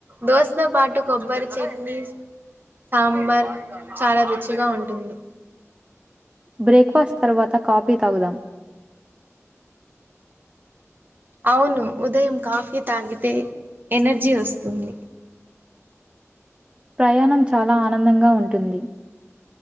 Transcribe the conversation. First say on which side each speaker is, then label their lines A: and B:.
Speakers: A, on the right; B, on the right.
A: దోశతో పాటు కొబ్బరి చట్నీ సాంబార్ చాలా రుచిగా ఉంటుంది
B: బ్రేక్ఫాస్ట్ తర్వాత కాఫీ తాగుదాం
A: అవును ఉదయం కాఫీ తాగితే ఎనర్జీ వస్తుంది
B: ప్రయాణం చాలా ఆనందంగా ఉంటుంది